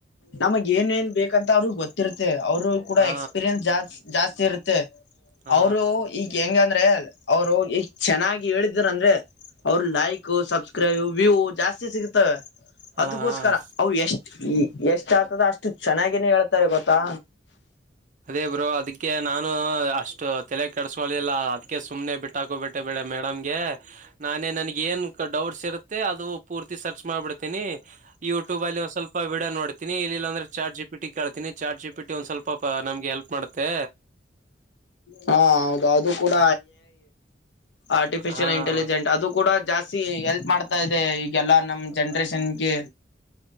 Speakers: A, on the left; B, on the right.
A: ನಮಗ್ ಏನ್ೇಏನ್ ಬೇಕಂತ ಅವ್ರಗ ಗೊತ್ತಿರ್ತೆೇ ಅವರು ಕೂಡ
B: ಹಾ
A: ಎಕ್ಸ್ಪೀರಿಯನ್ಸ್ ಜಾಸ್ತಿ ಜಾಸ್ತಿ ಇರುತ್ತೆ ತ್ತ
B: ಹಾ
A: ಅವರು ಈಗ ಹೆಂಗ ್ರ ಅವರು ಚೆನ್ನಾಗಿ ಹೇಳಿದರು ಅಂದ್ರೆ ಅವರು ಲೈಕ್ ಸಬ್್ರ ್ರ ವ್ಯವು ಜಾಸ್ತಿ ಸಿಗತಾವ
B: ಹಾ
A: ಅದಕ್ಕೋಸ್ಕರ
B: ಹಾ
A: ಅವು ಎಷ್ಟ ಎಷ್ಟ ಆತದ ಅಷ್ಟು ಚೆನ್ನಾಗಿ ಹನ ಹೇಳ್ತಾರೆ ಗೊತ್ತಾ
B: ಅದೇ ಬ್ರೋ ಅದಕ್ಕೆ ನಾನು ಅಷ್ಟು ತಲೆ ಕೆಡ್ಸಕಲಿಲ್ಲ ಅದ್ಕ್ಕೆ ಸುಮ್ನೆ ಬಿಟ್ಟಾಕೋ ಬಿಿಟ್ಟೆ ಬೇಡ ಮೇಡಮ್ಗೆ ನಾನೇ ನನ್ಗೆ ಏನ್ ಡೌಟ್ಸ್ ಇರುತ್ತೆ ಅದು ಪೂರ್ತಿ ಸರ್ಚ್ ಮಾಡ್ಬಿಡ್ತೀನಿ ಯೂಟ್ಯೂಬ ಅಲ್ಲಿ ಒಂದ್ ಸ್ವಲ್ಪ ಸ್ಪ ಬಿಡ ನೋಡ್ತೀಿ ಇ ಅಂದ್ರೆ ಚಾರ್ ಜಿಟ ಕಳ್ತಿನಿ ಚಾರ್ ಜಿ ಒಂದ ಸ್ವಲ್ಪ ನಮ್ಗೆ ಎಲ್ಪ್ ಮಾಡುತ್ತೆ
A: ಹಾ ಹೌದು ಅದು ಕೂಡ ಆರ್ಟಿಿಯಲ್
B: ಹಾ
A: ಇಂಟೆಲಿಜೆಂಟ್ ಅದು ಕೂಡ ಜಾಸ್ತಿ ಎಲ್ಪ್ ಮಾಡ್ತಾ ಇದೆ ಈಗೆಲ್ಲಾ ನಮ ಜನ್ರೇಷನ್ಗೆ